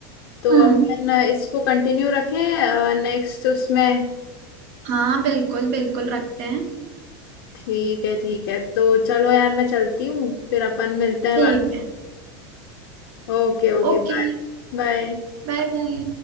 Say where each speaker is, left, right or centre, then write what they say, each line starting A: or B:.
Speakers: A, on the left (about 65°); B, on the right (about 40°).
A: तो
B: हम्म
A: अपन इसको कंटिन्यू रखें नेक्स्ट उसमें
B: हाँ बिल्कुल बिल्कुल रखते हैं
A: ठीक है ठीक है तो चलो यार मैं चलती हूँ फिर अपन मिलते हैं
B: ठीक
A: बाद
B: है
A: ओके Okay
B: Okay
A: bye बाय
B: bye बाय